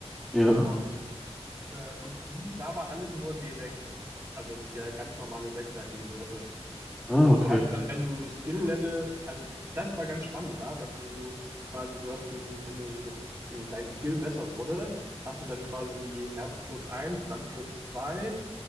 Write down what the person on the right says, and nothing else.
Von, äh, und die, da war alles nur D6. Also der ganz normale sechsseitige Würfel.
Und
du hattest dann, wenn du Skill-Level, also das war ganz spannend da, dass du quasi, du hast ein, wenn du jetzt ein, dein Skill besser wurde, hast du dann quasi erst plus eins, dann plus zwei.